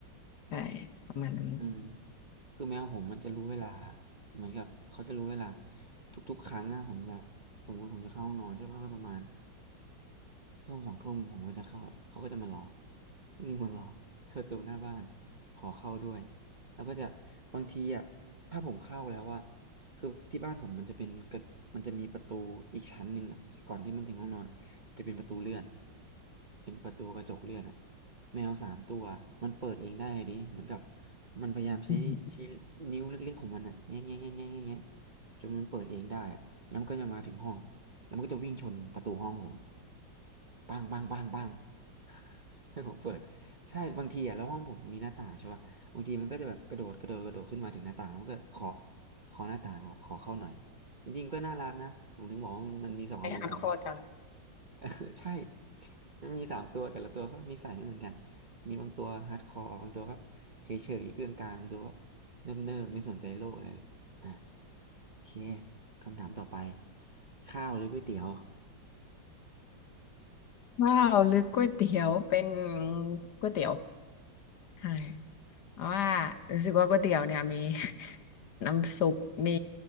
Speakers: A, on the left; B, on the right.
A: ใช่ประมาณนั้น
B: อืม คือแมวผมมันจะรู้เวลาเหมือนกับเขาจะรู้เวลาทุกๆครั้งอะผมจะสมมติผมจะเข้าห้องนอนใช่ไหมก็ประมาณ ทุ่มสองทุ่มผมก็จะเข้าละเขาก็จะมารอวิ่งมารอที่ประตูหน้าบ้านขอเข้าด้วยแล้วก็จะบางทีอ่ะถ้าผมเข้าแล้วว่าคือที่บ้านผมมันจะเป็นกระมันจะมีประตูอีกชั้นหนึ่งอ่ะก่อนที่มันถึงห้องนอนจะเป็นประตูเลื่อนเป็นประตูกระจกเลื่อนอ่ะแมวสามตัวมันเปิดเองได้ดิเหมือนกับมันพยายามใช้ใช้
A: อืม <laughs>
B: นิ้วเล็กๆของมันอ่ะแง่แง่แง่แง่แง่แง่จนมันเปิดเองได้อะแล้วมันก็จะมาถึงห้องแล้วมันก็จะวิ่งชนประตูห้องผม ปังปังปังปัง <laughs> ให้ผมเปิดใช่บางทีอะแล้วห้องผมมีหน้าต่างใช่ป่ะบางทีมันก็จะแบบกระโดดกระโดดกระโดดขึ้นมาถึงหน้าต่างแล้วมันก็ขอขอหน้าต่างบอกขอเข้าหน่อยจริงๆก็น่ารักนะผมถึงบอกว่ามันมันมีสองอารมณ์ของมัน
A: ไปหาคอจัง
B: <laughs> เออใช่มันมีสามตัวแต่ละตัวก็นิสัยไม่เหมือนกันมีบางตัวฮาร์ดคอร์บางตัวก็เฉยเฉยเกลื่อนกลางบางตัวก็เนิบเนิบไม่สนใจโลกอะไรเลยอ่ะโอเคคำถามต่อไปข้าวหรือก๋วยเตี๋ยว
A: ว้าวหรือก๋วยเตี๋ยวเป็นก๋วยเตี๋ยวใช่ เพราะว่ารู้สึกว่าก๋วยเตี๋ยวเนี่ยมี <laughs> น้ำซุปมี